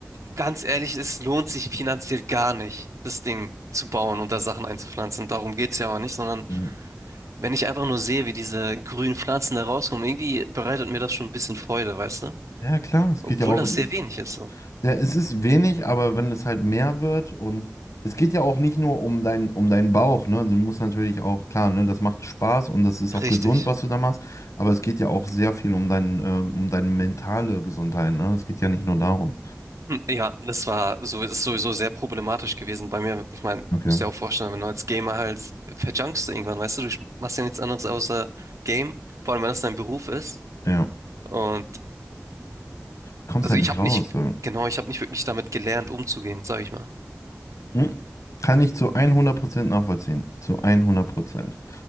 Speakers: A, on the right; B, on the left.
A: ganz ehrlich, es lohnt sich finanziell gar nicht, das Ding zu bauen und da Sachen einzupflanzen. Darum geht's ja aber nicht, sondern
B: <laughs>
A: wenn ich einfach nur sehe, wie diese grünen Pflanzen da rauskommen, irgendwie bereitet mir das schon ein bisschen Freude, weißt du?
B: Ja, klar, es
A: Obwohl
B: geht ja auch,
A: das
B: es-
A: sehr wenig ist, so.
B: ja, es ist wenig, aber wenn es halt mehr wird und es geht ja auch nicht nur um dein, um deinen Bauch, ne? Du musst natürlich auch, klar, ne, das macht Spaß und das ist auch
A: Richtig.
B: gesund, was du da machst, aber es geht ja auch sehr viel um dein, ähm, um deine mentale Gesundheit, ne? Es geht ja nicht nur darum.
A: Ja, das war so, ist sowieso sehr problematisch gewesen bei mir. Ich meine,
B: Okay.
A: musst dir auch vorstellen, wenn du als Gamer halt verjunkst du irgendwann, weißt du, du machst ja nichts anderes außer Game, vor allem wenn das dein Beruf ist.
B: Ja.
A: Und
B: Kommst
A: also
B: halt
A: ich
B: nicht
A: habe
B: raus.
A: nicht,
B: so.
A: genau, ich habe nicht wirklich damit gelernt, umzugehen, sag ich mal.
B: Hm. Kann ich zu hundert Prozent nachvollziehen. Zu hundert Prozent.